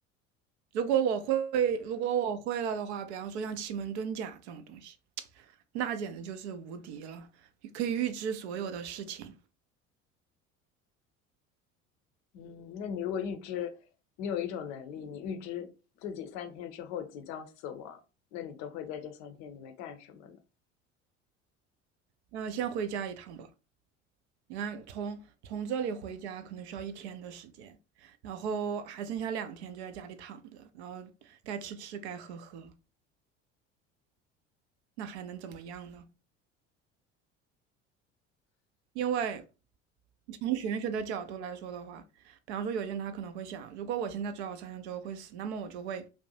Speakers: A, on the right; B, on the left.
A: 如果我会，如果我会了的话，比方说像奇门遁甲这种东西，那简直就是无敌了，可以预知所有的事情。
B: 嗯，那你如果预知，你有一种能力，你预知自己三天之后即将死亡，那你都会在这三天里面干什么呢？
A: 那、呃先回家一趟吧，你看从从这里回家可能需要一天的时间，然后还剩下两天就在家里躺着，然后该吃吃该喝喝，那还能怎么样呢？因为从玄学的角度来说的话，比方说有些人他可能会想，如果我现在知道我三天之后会死，那么我就会，